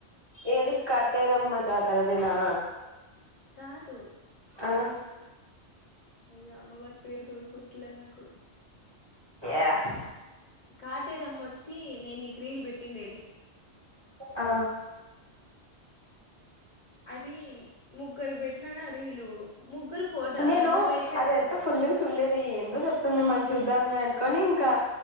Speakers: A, on the right (about 25°); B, on the left (about 45°).
A: ఏది కటేరమ్మజాతరకేనా
B: కాదు
A: హ
B: అయ్యో అమ్మవారి పేరు కూడా గుర్తులే నాకు
A: ఎహ్
B: కాటేరమ్మ వచ్చి నేను నీకు రీల్ పెట్టిండేది.
A: ఆ
B: అది ముగ్గురు పెట్టినాను ఆ రీలు ముగ్గురు పోదా
A: నేను
B: నువ్వై
A: అది ఎంత ఫుల్ చూడలేదు ఎందో చెప్తుంది మళ్ళీ చూద్దాంలే అనుకొని ఇంకా